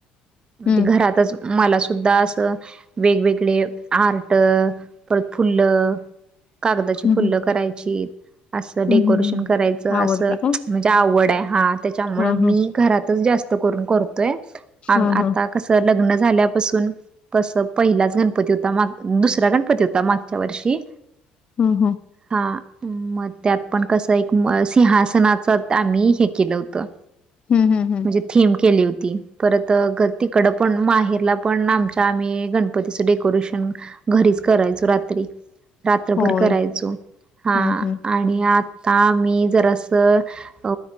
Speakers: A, on the right; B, on the left.
A: म्हणजे
B: हं.
A: घरातच मला सुद्धा असं वेगवेगळे आर्ट परत फुल्ल कागदाची
B: हं,
A: फुल्ल
B: हं.
A: करायचीत. असं डेकोरेशन
B: हं, हं, हं.
A: करायचं
B: आवडते
A: असं.
B: का?
A: म्हणजे आवड आहे हा त्याच्यामु
B: हां,
A: मी
B: हां.
A: घरातच जास्त करून करतोय आता
B: हां, हां.
A: कसं लग्न झाल्यापासून कसं पहिलाच गणपती होता माग दुसरा गणपती होता माग. च वर्षी
B: हो हो.
A: हां. मग त्यात पण कसं एक सिंहासनाच आम्ही हे केलं होतं.
B: हम् हम् हम.
A: म्हणजे थीम केली होती परत तिकडं पण माहेरला पण आमच्या आम्ही गणपतीचं डेकोरेशन घरीच करायचो रात्री रात्रभर
B: होय.
A: करायचो. हा
B: हं, हं.
A: आणि आता मी जर असं. अ